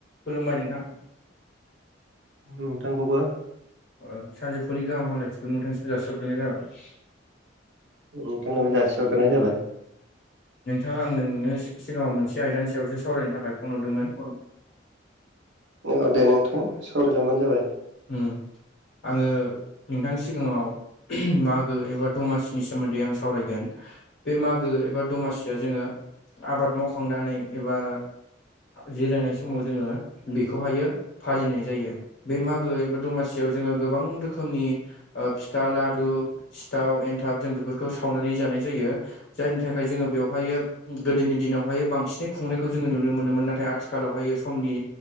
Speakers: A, on the left; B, on the right.
A: खुलुमबाय नोंथां
B: नोंथांखौबो
A: ओ सानजौफुनि गाहाम हामलायथिखौ नोंथांसिम जासिहरग्रोनाय जाबाय
B: ओंथांनोबो जासि हरग्रोनाय जाबाय
A: नोंथाङा आं नोंनो सिगाङाव मोनसे आयदानि सायावसो सावरायनो थाखाय फन हरदोंमोन
B: औ दे नोंथां सावरायलांबानो जाबाय
A: उम आङो नोंथांनि सिगाङाव मागो एबा दमासिनि सोमोन्दै आं सावरायगोन बे मागो एबा दमासिया जोङो आबाद मावखांनानै एबा जिरायनाय समाव जोङो बेखौहायो फालिनाय जायो बे मा ए बा दमासियाव जोङो गोबां रोखोमनि फिथा लारु सिथाव एन्थाब जों बेफोरखौ सावनानै जानाय जायो। जायनि थाखाय जोङो बेवहायो गोदोनि दिनावहाय बांसिनै खुंनायखौ जोङो नुनो मोनोमोन नाथाय आथिखालावहायो समनि